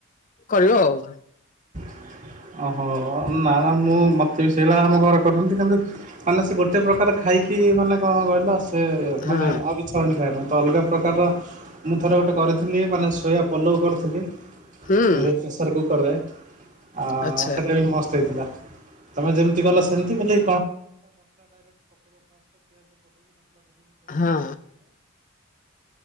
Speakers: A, on the left; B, on the right.
A: କରିବ ଆଉ।
B: ଓହୋ। <unintelligible> <unintelligible> ଥିଲି ମାନେ ସୋୟା
A: ହଁ
B: ପୋଲାଉ କରିଥିଲି ପ୍ରେସର କୁକରରେ।
A: ହୁଁ
B: ଆ
A: ଆଚ୍ଛା
B: ସେଇଟା ବି ମସ୍ତ ହେଇଥିଲା ତମେ ଯେମିତି ଗଲ ସେମିତି ହେଲେ
A: ହଁ